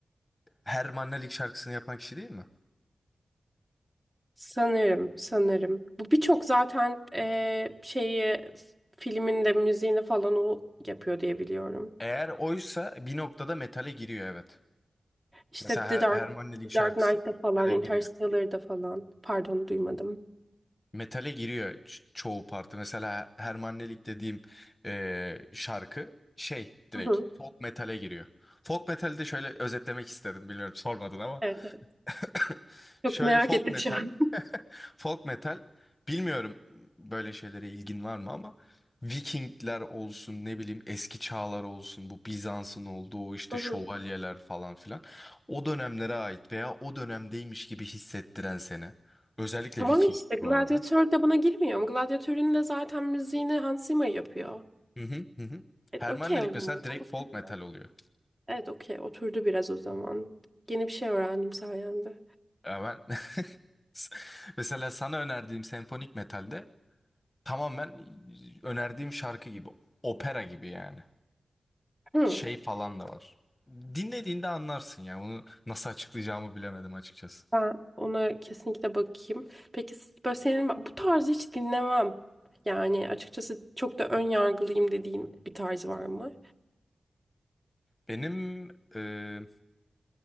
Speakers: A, on the left (about 20°); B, on the right (about 20°).
A: Hermann Ellik şarkısını yapan kişi değil mi?
B: Sanırım, sanırım. Bu birçok zaten e, şeyi filminde müziğini falan o yapıyor diye biliyorum.
A: Eğer oysa bir noktada metale giriyor evet.
B: İşte
A: Mesela
B: The
A: Her
B: Dark,
A: Hermannelik
B: The
A: şarkısı
B: Dark Knight'da falan,
A: metale
B: Interstellar'da
A: giriyor.
B: falan. Pardon duymadım.
A: Metale giriyor ç- çoğu parti. Mesela Hermannelik dediğim e, şarkı şey direkt
B: Hı hı.
A: folk metale giriyor. Folk metali de şöyle özetlemek istedim. Bilmiyorum sormadın ama.
B: Evet, evet.
A: <coughs> <laughs>
B: Çok
A: Şöyle
B: merak
A: folk
B: ettim
A: metal
B: şu an.
A: Folk metal bilmiyorum böyle şeylere ilgin var mı ama Vikingler olsun ne bileyim eski çağlar olsun bu Bizans'ın olduğu o işte
B: Hı hı.
A: şövalyeler falan filan o dönemlere ait veya o dönemdeymiş gibi hissettiren seni. Özellikle
B: Tamam
A: Viking
B: işte Gladiator
A: bu arada.
B: da buna girmiyor. mu? Gladiator'un da zaten müziğini Hans Zimmer yapıyor.
A: Hı hı hı. hı.
B: Evet,
A: Hermannelik
B: okey o zaman.
A: mesela direkt
B: Oturdu.
A: folk metal oluyor.
B: Evet, okey. Oturdu biraz o zaman. Yeni bir şey öğrendim sayende.
A: Ya ben <laughs> mesela sana önerdiğim senfonik metalde tamamen önerdiğim şarkı gibi opera gibi yani.
B: Hı.
A: şey falan da var. Dinlediğinde anlarsın ya. Bunu nasıl açıklayacağımı bilemedim açıkçası.
B: Ben ona kesinlikle bakayım. Peki s- böyle senin bu tarzı hiç dinlemem. Yani açıkçası çok da ön yargılıyım dediğin bir tarz var mı?
A: Benim e,